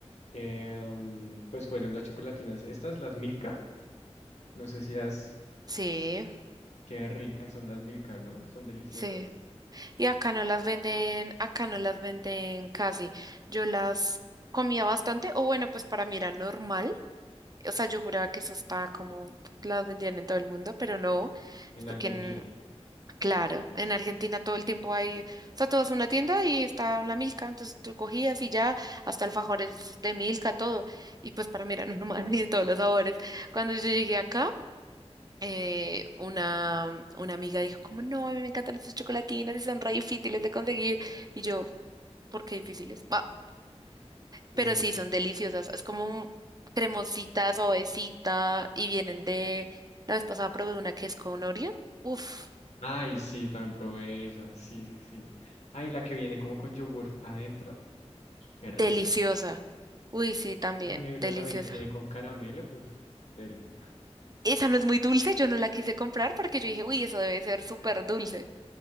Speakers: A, on the left (about 75°); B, on the right (about 35°).
A: em, pues fueron las chocolatinas. Estas, las Milka, no sé si has...
B: Sí,
A: Qué ricas son las Milka, ¿no? Son deliciosas.
B: sí. Y acá no las venden, acá no las venden casi. Yo las comía bastante, o bueno, pues para mí era normal O sea, yo juraba que eso estaba como, las vendían en todo el mundo, pero no,
A: En
B: es porque,
A: Argentina.
B: en- claro, en Argentina todo el tiempo hay, o sea, tú vas a una tienda y está la Milka, entonces tú cogías y ya, hasta alfajores de Milka, todo, y pues para mí era <laughs> normal y de todos los sabores. Cuando yo llegué acá, eh, una, una amiga dijo como, no, a mí me encantan esas chocolatinas y son re difíciles de conseguir, y yo, ¿por qué difíciles? Ah.
A: Sí.
B: Pero sí, son deliciosas. Es como cremosita, suavecita y vienen de... La vez pasada probé una que es con Oreo. Uf,
A: Ay, sí, también probé esa. Sí, sí, sí. Ay, la que viene como con yogurt adentro. Qué
B: deliciosa.
A: rica también.
B: Uy, sí, también,
A: Ay, hay
B: deliciosa.
A: una también que viene con caramelo. Uf, deli.
B: Esa no es muy dulce, yo no la quise comprar porque yo dije, uy, eso debe ser súper dulce.